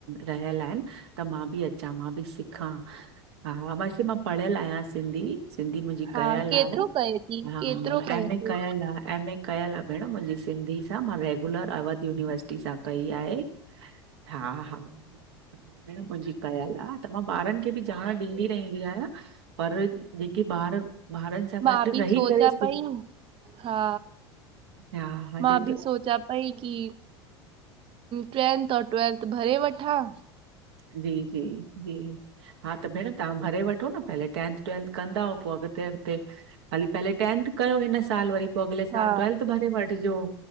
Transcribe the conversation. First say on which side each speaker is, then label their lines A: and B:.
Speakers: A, on the right (about 70°); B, on the right (about 40°).
A: रहियल आहिन, त मां बि अचां। मां बि सिखां, हा मां, वैस मां पढ़ियल आहियां सिंधी। सिंधी मुंजी
B: हा
A: कयल
B: केतिरो
A: आ,
B: कए थी
A: हा
B: केतिरो कए
A: एमए
B: थी
A: कयल आ, एमए। कयल आ भेण मुंजी सिंधी सां, मां रेगुलर अवध यूनिवर्सिटी सां कई आहे। हा- हा भेण मुंजी कयल आ त मां ॿारन खे बि ॼाण ॾींदी रहंदी आहियां। पर जेके ॿार ॿारन सां गॾ
B: मां
A: रही
B: बि सोचां
A: करे
B: पई हा
A: हा हॼ
B: मां
A: त
B: बि सोचां पई की टेंथ और ट्वेल्थ भरे वठां।
A: जी- जी- जी हा, त भेण तव्हां भरे वठो न पहले टेंथ ट्वेल्थ कंदा हूअव, पो अॻते अॻते, हाली, पहले टेंथ कयो हिन साल वरी पो अगले साल
B: हा
A: ट्वेल्थ भरे वठिजो।